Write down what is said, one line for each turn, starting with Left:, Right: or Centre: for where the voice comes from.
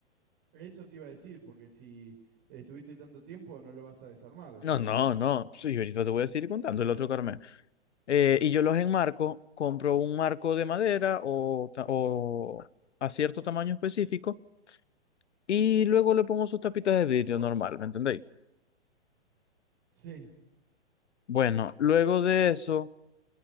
Right: Eso te iba a decir, porque si estuviste tanto tiempo no lo vas a desarmar después.
Left: No, no, no. Sí, ahorita te voy a seguir contando el otro que armé. Eh, y yo los enmarco, compro un marco de madera o, ta- o a cierto tamaño específico y luego le pongo sus tapitas de vidrio normal, ¿me entendéis?
Right: Sí.
Left: Bueno, luego de eso